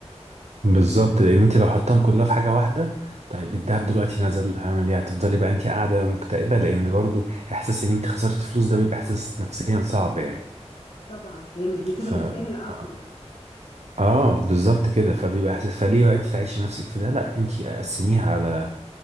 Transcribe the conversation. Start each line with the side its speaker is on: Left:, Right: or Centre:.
Right: بالظبط لان انت لو حطيتهم كلها في حاجه واحده طيب الذهب دلوقتي نزل هعمل ايه هتفضلي بقى انت قاعده مكتئبه لان برضو احساس ان انت خسرت فلوس ده بيبقى احساس نفسيا صعب يعني
Left: طبعا هي مش بتيجي
Right: ف
Left: بالساهل
Right: اه
Left: اصلا
Right: آه، بالظبط كده فبيبقى احساس فليه بقى انت تعيشي نفسك في ده لا انت قسميها على